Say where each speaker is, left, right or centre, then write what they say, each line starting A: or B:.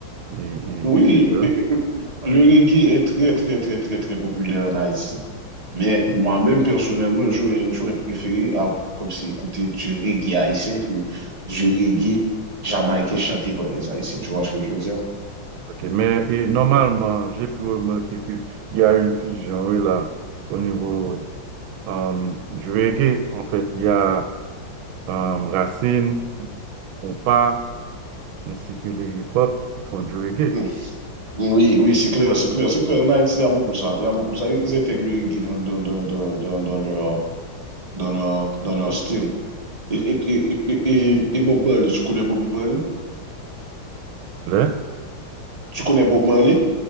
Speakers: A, on the right (about 90°); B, on the right (about 25°).
A: et, et-
B: Oui,
A: etc.
B: et- et- le reggae est très, très, très, très, très populaire en Haïti. Mais
A: Hmm.
B: moi-même, personnellement, j'aurais, j'aurais préféré à- comme si écouter du reggae haïtien que du reggae jamaïcain chanté par les Haïtiens. Tu vois ce que je veux dire?
A: OK. Mais et normalement, j'ai pu remarquer qu'il y a une fusion oui, là au niveau euh, du reggae. En fait, il y a euh, Racine, Compas. ainsi que le hip-hop font du reggae.
B: Mm. Oui, oui, c'est clair, c'est clair, c'est clair. En Haïti, il y a beaucoup ça. Il y a beaucoup ça. Ils intègrent le reggae dans, dans, dans, dans, dans, dans leur, dans leur, dans leur style. Et, et, et, et, et- et Bob Marley, tu connais Bob Marley?
A: Là,
B: Tu connais Bob Marley?